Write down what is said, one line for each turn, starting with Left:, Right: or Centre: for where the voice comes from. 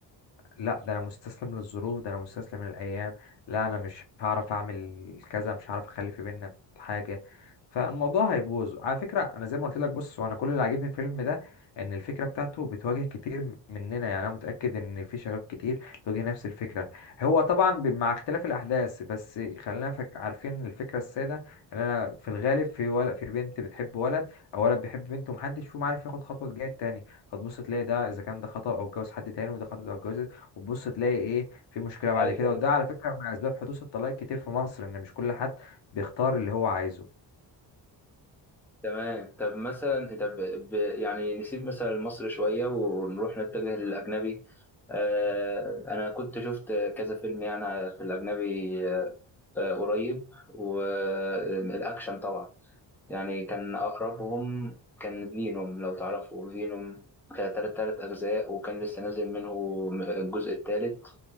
Left: لا ده انا مستسلم للظروف ده انا مستسلم للايام لا انا مش هعرف اعمل كذا مش هعرف اخلي في بينا حاجة فالموضوع هيبوظ على فكرة انا زي ما قلت لك بص وانا كل اللي عاجبني في الفيلم ده ان الفكرة بتاعته بتواجه كتير مننا يعني انا متأكد ان في شباب كتير بيواجه نفس الفكرة هو طبعا ب- مع اختلاف الاحداث بس خلينا فك- عارفين الفكرة السادة ان انا في الغالب في ولا في بنت بتحب ولد او ولد بيحب بنت ومحدش فيهم عارف ياخد خطوه تجاه التاني فتبص تلاقي ده اذا كان ده خطب او اتجوز حد تاني وده خطب او اتجوز وتبص تلاقي ايه في مشكله بعد
Centre: ايوه
Left: كده وده على فكره من اسباب حدوث الطلاق كتير في مصر ان مش كل حد بيختار اللي هو عايزه
Centre: تمام طب مثلا طب ب... يعني نسيب مثلا مصر شويه ونروح نتجه للاجنبي آه، انا كنت شفت كذا فيلم يعني في الاجنبي آه، آه، قريب والاكشن طبعا يعني كان أقربهم كان فينوم لو تعرفوا فينوم كان تلات تلات أجزاء وكان لسه نازل منه الجزء التالت